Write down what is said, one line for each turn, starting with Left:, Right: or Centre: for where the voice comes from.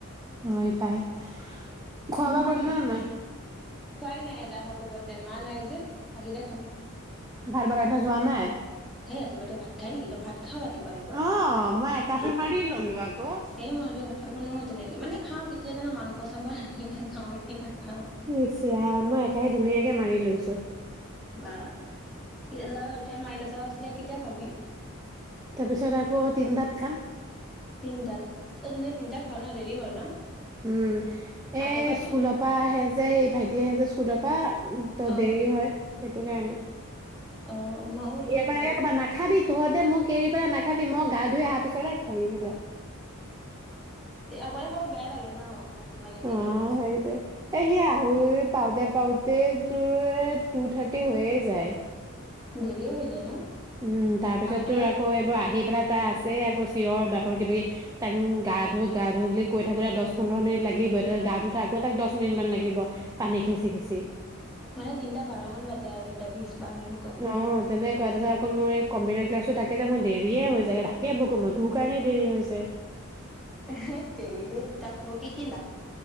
Right: অ পাই খোৱা
Centre: ইমান
Right: বোৱা কৰিলে নে নাই
Centre: খোৱাই নাই এলাহ কোবতে মা নাই যে আহিলে খাম
Right: ভাত বনাই থৈ যোৱা নাই
Centre: সেই ৰাতিপুৱাতে ভাত খাই নেকি তই ভাত খাও ৰাতিপুৱা ৰাতিপুৱা
Right: অ মই একাহী মাৰি ললো আকৌ
Centre: এই মই ৰাতি ভাত খাব নোৱাৰো তেনেকে মানে খাওঁ কেতিয়া জানো মাং কচংকৰ খাওঁ এনে নাখাওঁ
Right: ইচ ৰাম মই একাহী ধুনীয়াকে মাৰি লৈছো
Centre: বা এতিয়া মাৰি লৈছ তেতিয়া কেতিয়া খাবি
Right: তাৰপিছত আকৌ তিনটাত খাম
Centre: তিনিটাত অ তহঁতে তিনিটাত খাও ন দেৰি হয় ন
Right: উম এ
Centre: আগৰ পাই
Right: স্কুলৰ
Centre: নে
Right: পৰা আহে যে এই ভাইটি আহে যে স্কুলৰ পৰা ত
Centre: অ
Right: দেৰি হয় সেইটো কাৰণে
Centre: অ মাও ৰখি
Right: সি
Centre: থাকে
Right: আগে
Centre: চাগে
Right: ক'ব নাখাবি তহঁতে মোক এৰি পেলাই নাখাবি মোক গা ধুই আহা পিছত হে খাবি বোলে
Centre: অকলে খাব বেয়া লাগে ন যিমানে যি
Right: অ
Centre: নহওক
Right: সেইতোৱে এ সি আঢ়ৈত পাওঁতে পাওঁতে তোৰ টু থাৰ্টি হৈয়ে যায়
Centre: দেৰিয়ে হৈ যায় ন
Right: উম তাৰ পিছত
Centre: আগতে
Right: তোৰ আকৌ এইবোৰ আহি পেলাই তাই আছে যে আকৌ চিঞৰ বাঘৰ কিবাাকি তাক গা ধো গা ধুওঁ বুলি কৈ থাকোতে দহ পোন্ধৰ মিনিট লাগিব এতিয়া গা ধোতে আকৌ তাক দহ মিনিট মান লাগিব পানী খেচি খেচি
Centre: মানে তিনটা বাৰমান বাজে আৰু তিনটা বিশ বাৰ এনেকুৱা
Right: অ তেনেকুৱা ত আকৌ মোৰ কম্পিউটাৰ ক্লাছো তাকে ত মই দেৰিয়ে হৈছে গে তাকে বকো মই তোৰ কাৰণে দেৰি হৈছে
Centre: হেত তেৰি তাক বকি কি লাভ